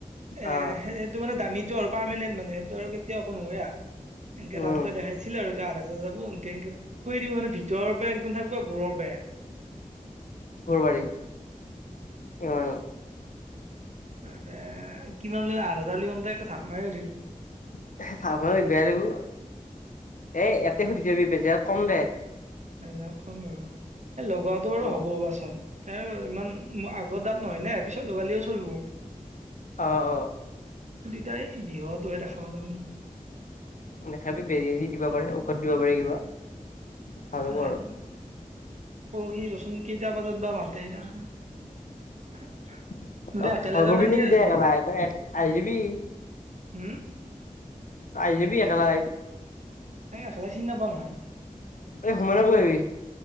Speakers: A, on the right; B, on the left.
A: এ,
B: অ
A: সেইটো মানে, দামীটো আৰু পাৰ্মেনেণ্ট মানে, সেইটো আৰু কেতিয়াও একো নহয়, আও। এনকে
B: উম
A: ডাক্তৰে দেখাইছিলে আৰু এইটো <unintelligible> এনকে, এনকে খুৱাই দিব মানে, ভিতৰ পৰা একদম থাকিব আৰু <unintelligible> বে,
B: ঘৰবাৰী। কিমান?
A: <unintelligible> কিমান বুলি কয়? আঠ হাজাৰ বুলি গম পায়, জাপ মাৰি উঠিলোঁ।
B: <unintelligible> বেয়া লাগিব। এ, এয়াতে সুধি থবি, বেজাৰত কম দে।
A: এজাৰ কম বাৰু। এ, লগোৱাটো বাৰু
B: অ
A: হ'ব বাচোন। এ, ইমান আগৰ দাত নহয় না, পিছত লগালেও চলিব।
B: অ' অ'!
A: দেতাই, বিহুতোহে দেখা পালোঁ, আমি।
B: তথাপি, বেজি দি দিব পাৰে, ঔষধ দিব পাৰে কিবা। ভাল হ'ব
A: তাকেইতো।
B: আৰু
A: পৰহি ৰ'চোন, কেইটা বজাত বা মাতে এতিয়া।
B: <unintelligible>
A: মোৰ এতিয়া একেলে যাবা সেয়ে হৈছে।
B: তই আহি যিবি।
A: উম!
B: আহি যাবি একেবাৰে।
A: এই, খালে চিনি নাপাওঁ নহয়।
B: এই, হোমেনক লৈ আহিবি?